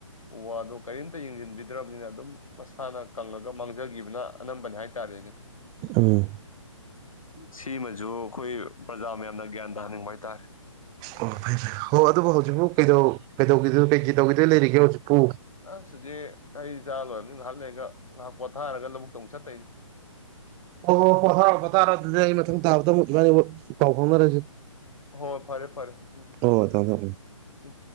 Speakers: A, on the left; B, on the right.
A: ꯎ ꯋꯥꯗꯣ ꯀꯔꯤꯝꯇ ꯌꯦꯡꯁꯤꯟꯕꯤꯗ꯭ꯔꯕꯅꯤꯅ ꯑꯗꯨꯝ ꯃꯁꯥꯅ ꯀꯪꯂꯪꯉꯒ ꯃꯥꯡꯖꯒꯤꯈꯤꯕꯅ ꯑꯅꯝꯕꯅꯦ ꯍꯥꯏꯇꯥꯔꯦꯅꯦ꯫
B: ꯎꯝ꯫
A: ꯁꯤꯃꯁꯨ ꯑꯩꯈꯣꯏ ꯄ꯭ꯔꯖꯥ ꯃꯌꯥꯝꯅ ꯒ꯭ꯌꯥꯟ ꯇꯥꯍꯟꯅꯤꯡꯕ ꯍꯥꯏꯇꯥꯔꯦ꯫
B: ꯑꯣ ꯐꯩ ꯍꯣ ꯑꯗꯨꯕꯨ ꯍꯧꯖꯤꯛꯄꯨ ꯀꯩꯩꯗꯧ ꯀꯩꯗꯧꯒꯤꯗꯣꯏꯅꯣ ꯀꯩ - ꯀꯩ ꯇꯧꯒꯤꯗꯧ ꯂꯩꯔꯤꯒꯦ ꯍꯧꯖꯤꯛꯄꯨ?
A: ꯑꯁ ꯍꯨꯖꯤꯛ ꯍꯩ ꯆꯥ ꯂꯣꯏꯔꯕꯅꯤ ꯅ ꯉꯍꯥꯛ ꯂꯩꯒ ꯉꯍꯥꯛ ꯄꯣꯊꯥꯔꯒ ꯂꯧꯕꯨꯛꯇ ꯑꯃꯨꯛ ꯆꯠꯇꯣꯏꯅꯤ꯫
B: ꯑꯣ ꯍꯣꯏ- ꯍꯣꯏ ꯍꯔꯛꯄ ꯇꯥꯔ ꯑꯗꯨꯗꯤ ꯑꯩ ꯃꯊꯪ ꯇꯥꯕꯗ ꯑꯃꯨꯛ ꯏꯕꯥꯥꯏꯅꯤ ꯃꯨꯛ ꯄꯥꯎ ꯐꯥꯎꯅꯔꯁꯤ꯫
A: ꯍꯣꯏ ꯐꯔꯦ- ꯐꯔꯦ ꯎꯝ
B: ꯍꯣ
A: ꯊꯃꯦ-
B: ꯊꯝꯃꯦ
A: ꯊꯃꯦ
B: ꯊꯝꯃꯦ
A: ꯎꯝ꯫